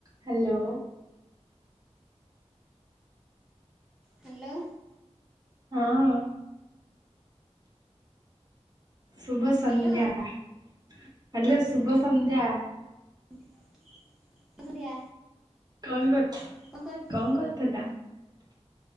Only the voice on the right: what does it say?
ହ୍ୟାଲୋ।
ହଁ। ଶୁଭ ସଂନ୍ଧ୍ୟା।
ହାଲୋ ଶୁଭ ସଂନ୍ଧ୍ୟା।
କଣ କର
କରୁଥିଲ?